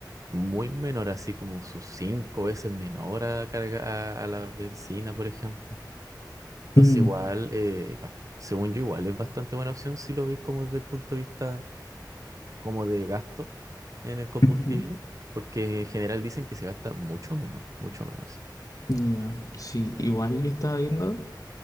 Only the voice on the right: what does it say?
muy menor, así como sus cinco veces menor a, carga, a, a la benzina, por ejemplo. Entonces,
igual, eh, bast- según yo, igual es bastante buena opción si lo ves como desde el punto de vista como de gasto en el combustible,
porque en general dicen que se gasta mucho menos, mucho menos, sí.